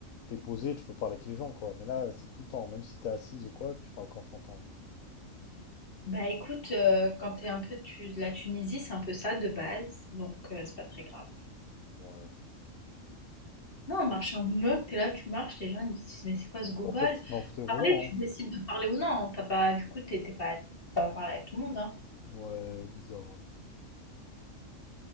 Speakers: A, on the left; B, on the left.
A: t'es posé, tu peux parler avec les gens, quoi. Mais là, c'est tout le temps. Même si t'es assise ou quoi, tu parles qu'en chantant.
B: Bah écoute, euh, quand t'es un peu tu- de la Tunisie, c'est un peu ça de base, donc euh, c'est pas très grave.
A: Ouais.
B: Non, marcher en bloc, t'es là, tu marches, les gens ils disent mais c'est quoi ce gogol?
A: Au pire, tu te mets en fauteuil roulant,
B: Parler, tu décides
A: hein.
B: de parler ou non. T'as pas, du coup, t'es t'es pas à parler avec tout le monde, hein.
A: Ouais, bizarre, ouais.